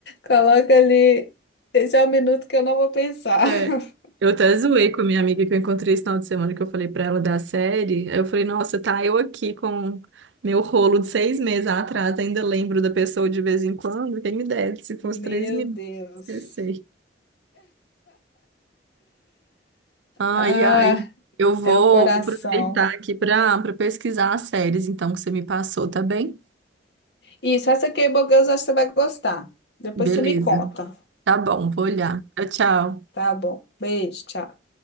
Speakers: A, on the left; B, on the right.
A: Coloca ali. Esse é o minuto que eu não vou pensar.
B: É.
A: <laughs>
B: Eu até zoei com a minha amiga que eu encontrei esse final de semana, que eu falei pra ela da série. Aí Eu falei, nossa, tá eu aqui com meu rolo de seis meses atrás, ainda lembro da pessoa de vez em quando. Quem me dera, se fosse
A: Meu
B: três minutos,
A: Deus.
B: esqueci. Ai,
A: Ah,
B: ai. Eu vou
A: é o coração.
B: aproveitar aqui para para pesquisar as séries, então, que você me passou, tá bem?
A: Isso, essa aqui, Bogueus, acho que você vai gostar. Depois
B: Beleza.
A: você me conta.
B: Tá bom, vou olhar. Tchau, tchau.
A: Tá bom. Beijo, tchau.